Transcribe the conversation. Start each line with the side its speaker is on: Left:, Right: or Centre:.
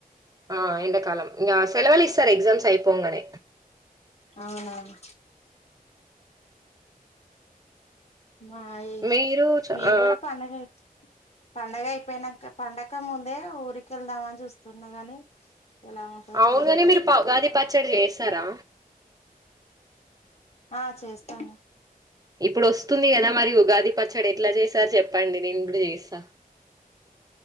Right: ఆ ఎండకాలం ఇగ సెలవలు ఇస్తారు ఎగ్జామ్స్ అయిపోంగనే
Left: అవునవును మయేష్
Right: మీరు చ-
Left: మేం
Right: ఆ
Left: కూడా పండగల పండగ అయిపోయినంక పండక ముందే ఊరికెళ్దామని చూస్తున్నా గాని ఎలా ఉంటదో
Right: అవునుగనీ
Left: తెలీదు అసలుకు
Right: మీరు ప ఉగాది పచ్చడి చేస్తారా
Left: ఆ చేస్తాను
Right: ఇప్పుడు వస్తుంది కదా మరి ఉగాది పచ్చడి ఎట్లా చేసారు చెప్పండి నేను ఇప్పుడు చేస్తా